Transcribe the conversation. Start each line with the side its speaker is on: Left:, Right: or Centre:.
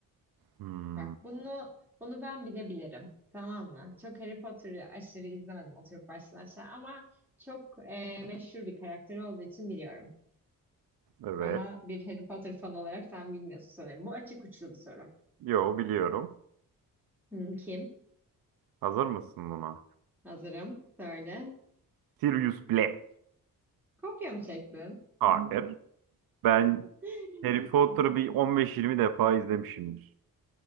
Right: Hmm,
Centre: Bak bunu bunu ben bile bilirim. Tamam mı? Çok Harry Potter'ı aşırı izlemedim oturup baştan aşağı ama çok e, meşhur bir karakteri olduğu için biliyorum.
Right: evet.
Centre: Ama bir Harry Potter fanı olarak sen bilmiyorsun sanırım. Bu açık uçlu bir soru.
Right: Yo biliyorum.
Centre: Hmm, kim?
Right: Hazır mısın buna?
Centre: Hazırım. Söyle.
Right: Sirius Black.
Centre: Kopya mı çektin?
Right: Hayır. Ben
Centre: <laughs>
Right: Harry Potter'ı bir 15-20 defa izlemişimdir.